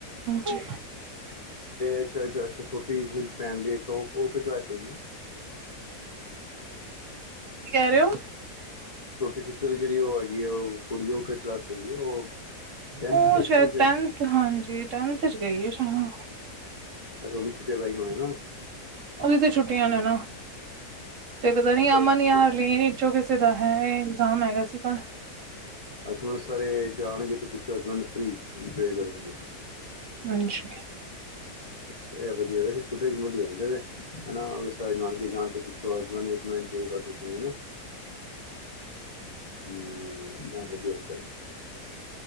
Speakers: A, on the right; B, on the left.
A: ਕੀ
B: ਅੱਛਾ ਅੱਛਾ ਅੱਛਾ ਛੋਟੀ ਭੈਣ ਦੇ ਉਹ ਕਿਸ ਵਾਸਤੇ
A: ਕੀ ਕਹਿ ਰਹੇ ਹੋ
B: ਛੋਟੀ ਸਿਸਟਰ ਦੀ ਜਿਹੜੀ ਉਹ ਹੈਗੀ ਹੈ ਉਹ ਕੁੜੀਓ ਕ ਕਲਾਸ ਹੈਗੀ ਹੈ ਉਹ ਟੈਨਥ
A: ਉਹ
B: ਪਲੱਸ
A: ਸ਼ਾਇਦ
B: ਟੂ ਚ ਹੈ।
A: ਟੈਨਥ ਹਾਂਜੀ ਟੈਨਥ ਚ ਗਈ ਸ਼ਾਇ
B: ਅੱਜ ਛੁੱਟਿਆ ਪੈ ਗਈ ਹੋ ਨਾ
A: ਉਹਦੀ ਤੇ ਛੁੱਟੀਆਂ ਨੇ ਨਾ ਤੇ ਪਤਾ ਨੀ ਅਮਨ
B: ਅੱਛਾ
A: ਯਾ ਹਰਲੀਨ ਕਿਸੇ ਦਾ ਹੈ ਇਗਜ਼ਾਮ ਹੈਗਾ ਸੀਗਾ।
B: ਅਸ ਬਹੁਤ ਸਾਰੇ ਜਾਣਗੇ ਤੇ ਪਿੱਛੋਂ ਹਸਬੈਂਡ ਫ੍ਰਰੀ ਇੰਜੋਏ ਕਰਨਗੇ।
A: ਹਾਂਜੀ
B: ਅੱਛ ਵਧੀਆ ਵੈਸੇ ਛੋਟੇ ਮੋਹਿੰਦੇਾ ਸਾਰੇ ਨਲਕੇ ਜਾਣ ਤੇ ਪਿੱਛੋਂ ਹਸਬੈਂਡ ਆਪਣਾ ਪਾੋ ਨਾ ਹਮ ਵਧੀਆ ਹੋ <unintelligible>